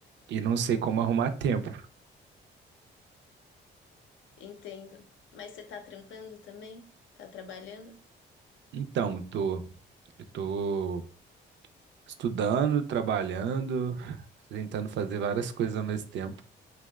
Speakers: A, on the right; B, on the left.
A: e não sei como arrumar tempo.
B: Entendo. Mas você tá trampando também? Tá trabalhando?
A: Então, tô, eu tô estudando, trabalhando, tentando fazer várias coisas ao mesmo tempo,